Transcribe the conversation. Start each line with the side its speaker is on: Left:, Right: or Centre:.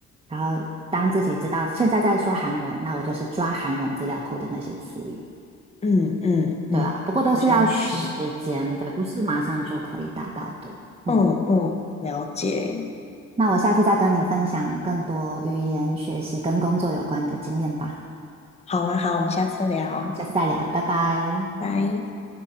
Right: 然后当自己知道现在在说韩文，那我就是抓韩文资料库的那些词语，
Left: 嗯嗯嗯，
Right: 对啊，不过都是要时间，
Left: 好像是。
Right: 对，不是马上就可以达到的。嗯，
Left: 嗯嗯，了解。
Right: 那我下次再跟你分享更多语言学习跟工作有关的经验吧。
Left: 好啊，好，我们下次聊，
Right: 好，下次再聊，拜拜。
Left: 拜。